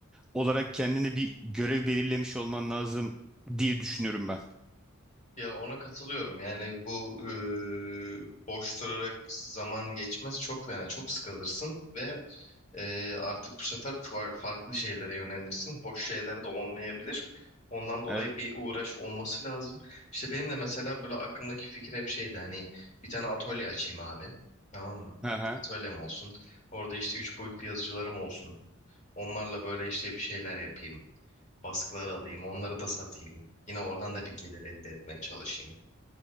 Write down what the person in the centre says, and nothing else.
olarak kendine bir görev belirlemiş olman lazım diye düşünüyorum ben.
Evet.
Hı hı.